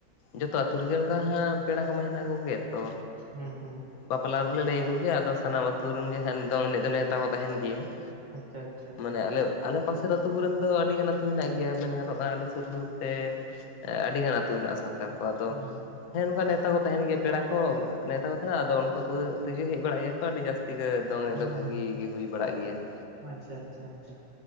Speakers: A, on the left; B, on the right.
A: ᱡᱚᱛᱚ ᱟᱹᱛᱩ ᱨᱮᱜᱮ ᱚᱱᱠᱟ ᱦᱟᱸᱜ ᱯᱮᱲᱟ ᱠᱚᱢᱟ ᱦᱮᱱᱟᱜ ᱠᱚᱜᱮᱭᱟ, ᱛᱚ
B: ᱦᱮᱸ ᱦᱮᱸ ᱾
A: ᱵᱟᱯᱞᱟ ᱨᱮᱞᱮ ᱞᱟᱹᱭ ᱟᱠᱚᱜᱮᱭᱟ ᱟᱫᱚ ᱥᱟᱱᱟᱢ ᱟᱹᱛᱩ ᱨᱮᱱᱜᱮ ᱦᱟᱸᱜ ᱫᱚᱝ ᱮᱱᱮᱡ ᱫᱚ ᱱᱮᱣᱛᱟ ᱫᱚ ᱛᱟᱦᱮᱱ ᱜᱮᱭᱟ ᱾
B: ᱟᱪᱪᱷᱟ ᱟᱪᱪᱷᱟ ᱾
A: ᱢᱟᱱᱮ ᱟᱞᱮ ᱟᱞᱮ ᱯᱟᱥᱮᱨ ᱟᱹᱛᱩ ᱠᱚᱨᱮᱱ ᱫᱚ ᱟᱹᱰᱤᱜᱟᱱ ᱟᱹᱛᱩ ᱦᱮᱱᱟᱜ ᱜᱮᱭᱟ ᱢᱮᱱ ᱜᱟᱱᱚᱜᱼᱟ ᱟᱞᱮ ᱥᱩᱨ ᱥᱩᱨᱛᱮ ᱟᱹᱰᱤ ᱜᱟᱱ ᱟᱹᱛᱩ ᱦᱮᱱᱟᱜᱼᱟ ᱥᱟᱱᱛᱟᱲ ᱠᱚᱣᱟᱜ ᱟᱫᱚ
B: ᱦᱩᱸ
A: ᱦᱮᱸ ᱱᱚᱝᱠᱟ ᱱᱮᱣᱛᱟ ᱠᱚ ᱛᱟᱦᱮᱱ ᱜᱮᱭᱟ ᱯᱮᱲᱟ ᱠᱚᱦᱚᱸ ᱱᱮᱶᱛᱟ ᱠᱚ ᱛᱟᱦᱮᱱᱟ, ᱟᱫᱚ ᱩᱱᱠᱩ ᱠᱚ ᱛᱮᱜᱮ ᱦᱮᱡ ᱵᱟᱲᱟᱜ ᱜᱮᱭᱟ ᱠᱚ ᱟᱹᱰᱤ ᱡᱟᱹᱥᱛᱤ ᱜᱮ ᱫᱚᱝ ᱮᱱᱮᱡ
B: ᱦᱩᱸ
A: ᱫᱚ ᱵᱷᱟᱜᱤ ᱜᱮ ᱦᱩᱭ ᱵᱟᱲᱟᱜ ᱜᱮᱭᱟ ᱾
B: ᱟᱪᱪᱷᱟ ᱟᱪᱪᱷᱟ ᱟᱪᱪᱷᱟ,